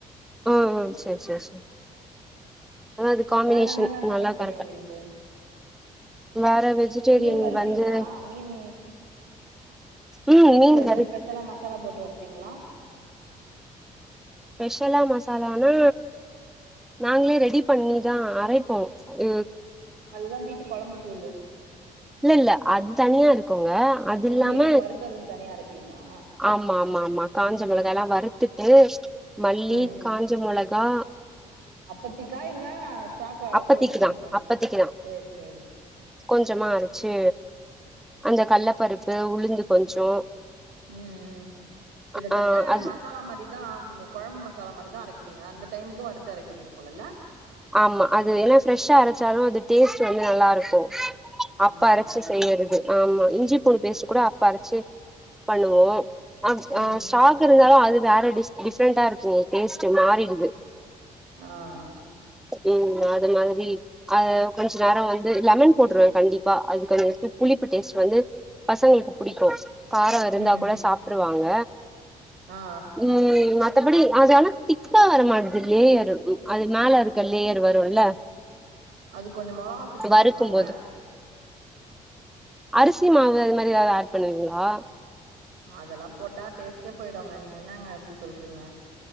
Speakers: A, in the centre; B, on the right (about 80°).
A: ம் ம் சேரி சேரி சேரி ஆனா அது காம்பினேஷன்
B: வேற என்னாலா சமைக்க
A: நல்லா
B: தெரியு
A: கரெக்டா
B: உங்களுக்கு
A: வேற வெஜிடேரியன்
B: மீன் வறுப்பீங்களா
A: வந்து
B: மீன்
A: ம்
B: மீனுக்கு
A: மீன்
B: எதுனா
A: கறி
B: ஸ்பெஷலா மசாலா போட்டு வறுப் பீங்களா
A: ஸ்பெஷலா மசாலானா நாங்களே ரெடி பண்ணிதா அரைப்போ உ
B: அதுதா வீட்டு கொழம்புத் தூளு
A: இல்ல இல்ல அது தனியா இருக்கோங்க அது
B: ஓ
A: இல்லாம
B: மீனுக்கு வறுக்கறதுக்கு தனியா அரைப்பீங்களா
A: ஆமா ஆமா ஆமா காஞ்ச மெளகாலா வறுத்துட்டு மல்லி
B: ம்
A: காஞ்ச மொ ளகா
B: அப்பத்திக்கா இல்ல ஸ்டாக்கா அரச்சு
A: அப்பத்திக்குதா
B: வச்சுப்பீங்களா
A: அப்பத்திக்குதா
B: செரி செரி
A: கொஞ்சமா அர ச்சு அந்த கள்ளப்பருப்பு உளுந்து கொஞ்சோ
B: உம் உம் கிட்டத்தட்ட
A: ஆ அது
B: மசாலா மாரிதா ஆ மு கொழம்ப மசாலா மாரிதா அரைக்கிறீங்க அந்த டைம்க்கு வறுத்து அரைக்கிறீங்க போலல்ல
A: ஆமா அது என்னா ஃப்ரெஷ்ஷா அரச்சாலு அது டேஸ்ட் வந்து நல்லா இருக்கு
B: ஆமா
A: அப்பா அரச்சு செய்யறது ஆமா இஞ்சி பூண்டு பேஸ்ட் கூட அப்ப அரச்சு பண்ணுவோ அ
B: ம்
A: ஆ ஸ்டாக் இருந்தாலு அது வேறடி டிஃப்ரெண்டா இருக்குங்க டேஸ்ட்டு மாறிடுது
B: ஆஹ்
A: உஹ்ம் அது மாரி அது கொஞ்ச நேர வந்து லெமன் போட்டுருவே கண்டிப்பா அதுக்கு அதுருக்க புளிப்பு டேஸ்ட் வந்து பசங்களுக்கு புடிக்கு கார இருந்தா
B: ம்
A: கூட சாப்பிடுவாங்க
B: ஆ ஆ
A: உம் மத் மத்தபடி அது ஆன திக்கா வரமாட்து லேயர் அது மேல ருக்க லேயர் வருல்ல
B: அதுக் கொஞ்சோ மொளகாத்தூள் போட்டுக்கலால்ல
A: வறுக்கும் போது அரிசி மாவு அது மாரி ஏதாவது ஆட் பண்ணுவீங்களா
B: அதெல்லாம் போட்டா டேஸ்டே போயுடுங்க நீங்க என்னங்க அப்டிச் சொல்றீங்க